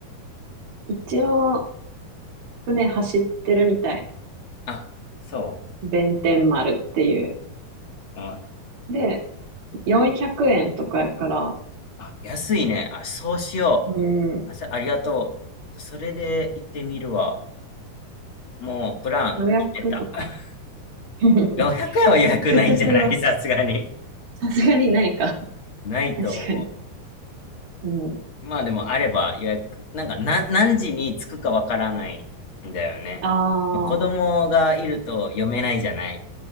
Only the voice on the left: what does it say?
あ、そ
う。あ、
あ安いね。あ、そうしよう。
あ、さありがとう。それで行ってみるわ。もう、プラン決めた。
<laughs>
400円は予約ないんじゃないさすがに。
ないと思う。
まあでもあれば予約、なんかな何時に着くかわからないんだよね。
子供がいると読めないじゃない。